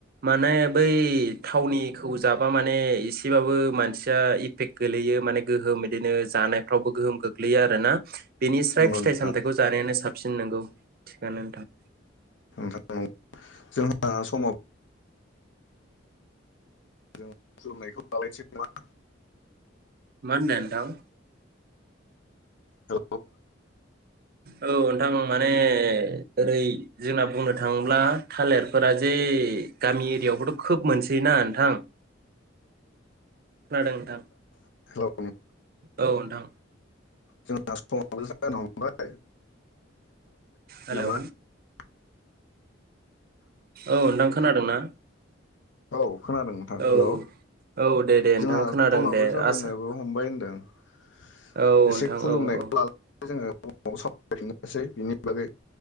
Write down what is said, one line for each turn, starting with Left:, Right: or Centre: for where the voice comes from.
Right: माने बै थावनि खौ जाबा माने एसेबाबो मानसिया इफेक्ट गोलैयो माने गोहोम इदिनो जानायफ्रावबो गोहोम गोग्लैयो आरोना? बेनि स्राय
Left: नंगौ
Right: फिथाइ
Left: नोंथां
Right: सामथायखौ जानायानो साब साबसिन नोंगौ थिखानो नोंथां।
Left: नोंथां जोंहा समाब जों खुलुमनायखौ <unintelligible>
Right: मा होनदों नोंथां‌?
Left: औ।
Right: औ नोंथां माने ओरै जोंना बुंनो थाङोब्ला थालिरफोरा जे गामि एरियायावबोथ' खोब मोनसैयोना नोंथां। खोनादों नोंथां।
Left: <unintelligible>
Right: औ नोंथां।
Left: जोंना समाबो जानो हमबाय
Right: हेलौ
Left: <unintelligible> <unintelligible>
Right: औ नोंथां खोनादोंना?
Left: औ खोनादों नोंथां
Right: औ
Left: हेलौ
Right: औ दे दे
Left: जोंहा
Right: नोंथां खोनादों
Left: समाबो
Right: दे
Left: जाबोनोबो
Right: आसा
Left: <unintelligible>
Right: औ नोंथां
Left: एसे खुलुमनायखौ
Right: औ, औ
Left: लानानै जोङो उनाव सावरायफिननोसै बिनि बागै